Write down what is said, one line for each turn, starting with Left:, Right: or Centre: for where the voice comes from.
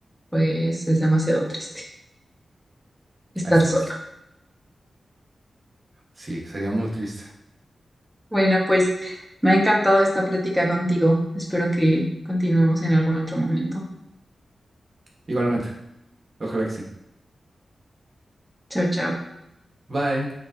Centre: pues, es demasiado triste estar
Right: Ah, es
Centre: sola.
Right: triste. Sí, sería muy triste.
Centre: Bueno, pues, me ha encantado esta plática contigo. Espero que continuemos en algún otro momento.
Right: Igualmente, ojalá que sí.
Centre: Chao, chao.
Right: Bye.